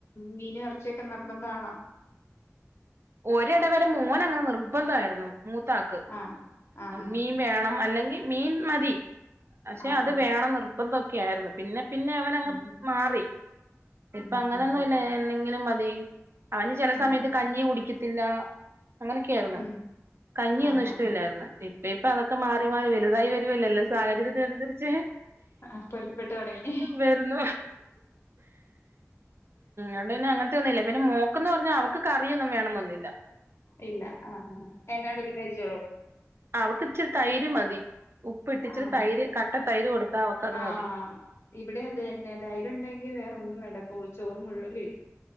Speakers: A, on the left; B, on the right.
A: മീനും ഇറച്ചി ഒക്കെ നിർബന്ധമാണോ
B: ഒരിടവരെ മോന് അങ്ങനെ നിർബന്ധമായിരുന്നു മൂ ക്ക്
A: ആഹ് ആഹ് ആഹ്
B: മീൻ വേണം അല്ലെങ്കിൽ മീൻ മതി അക്ഷെ
A: ആഹ്
B: അത്
A: ഓ
B: വേണം നിർബന്ധൊ ക്യാരന്ന് പിന്നെ പിന്നെ അവനങ്ങ്
A: ഉം
B: മാറി ഇപ്പ
A: ഉം
B: അങ്ങനൊന്നുല്ലേ
A: ഉം ഉം
B: എന്നെങ്കിലും മതി അയിന് ചെല സമയത്ത്
A: ആഹ്
B: കഞ്ഞി കുടി ക്കിത്തില്ലാ അങ്ങനക്യാര്ന്ന്
A: ഉം
B: കഞ്ഞി
A: ആഹ്
B: ഒന്നും ഇഷ്ടല്ലാര്ന്ന്
A: ആഹ് ആഹ്
B: ഇപ്പ ഇപ്പ അതൊക്കെ മാറി മാറി വെല്തായി വരുവല്ലേ എല്ലാ സാഹചര്യത്തിനന്സരിച്ച്
A: ആഹ് പൊരുത്തപ്പെട്ടു തൊടങ്ങി
B: വെര്ന്നൂ ആണ്ടുപിന്നെ അങ്ങനത്തൊന്നൂല്ല പിന്നെ മോക്കെന്ന് പറഞ്ഞാ അവക്ക് കറിയൊന്നും വേണനൊ ന്നില്ലാ
A: ഇല്ലാ ആ ആ എല്ലാ <unintelligible> കഴിച്ചൊളും
B: അവക്കിച്ചിരി തൈര് മതി ഉപ്പിട്ട് ഇച്ചിരി
A: ആ
B: തൈര് കട്ട തൈര് കൊടുത്താ അവക്കത്
A: ആ
B: മതി
A: ഇവിടേം അത് അന്നെ തൈരുണ്ടെങ്കി വേറൊന്നും വേണ്ട ഓ ചോറ് മുഴുവൻ കഴിക്കും